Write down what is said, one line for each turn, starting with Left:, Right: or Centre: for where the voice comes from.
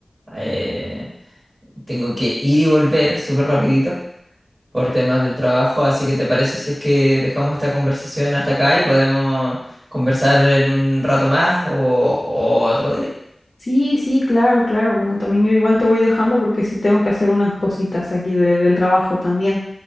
Right: eh, tengo que ir y volver súper rapidito por temas del trabajo. Así que ¿te parece si es que dejamos esta conversación hasta acá y podemos conversar en un rato más o o otro día?
Left: Sí, sí, claro, claro. Bueno, también yo igual te voy dejando porque sí tengo que hacer unas cositas aquí de- del trabajo también.